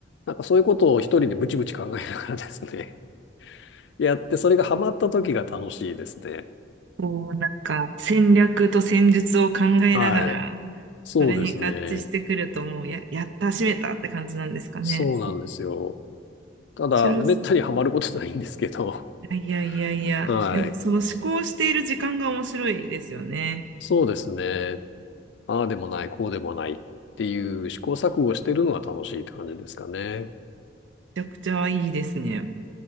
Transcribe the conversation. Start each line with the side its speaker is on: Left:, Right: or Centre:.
Left: なんかそういうことを一人でブチブチ考えながらですね、<laughs> やって、それがハマった時が楽しいですね。
Right: こう、なんか、戦略と戦術を考えながら、
Left: はい。そうですね。
Right: それに合致してくると、もう、や、やった、締めたって感じなんですかね。
Left: そうなんですよ。
Right: 面
Left: ただ、
Right: 白い。
Left: めったにハマることないんですけど、
Right: いやいやいやいや、
Left: <laughs> はい。
Right: でも、その思考している時間が面白いですよね。
Left: そうですね。ああでもない、こうでもないっていう試行錯誤してるのが楽しいって感じですかね。
Right: めちゃくちゃいいですね。